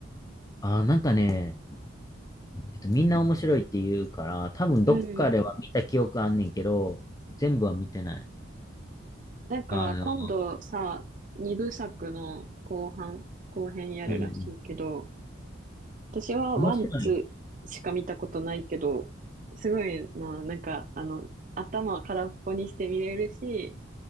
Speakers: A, on the left (about 20°); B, on the right (about 40°).
A: あー、なんかね、えっと、みんな面白いって言うから、多分どっかでは見た記憶あんねんけど、
B: うん。
A: 全部は見てない。
B: なんか、
A: あの、
B: 今度さ、二部作の後半、後編やるらしいけど、
A: うんうんうん。
B: 私はワン、
A: 面白い。
B: ツーしか見たことないけど、すごいな、なんか、あの、頭空っぽにして見れるし、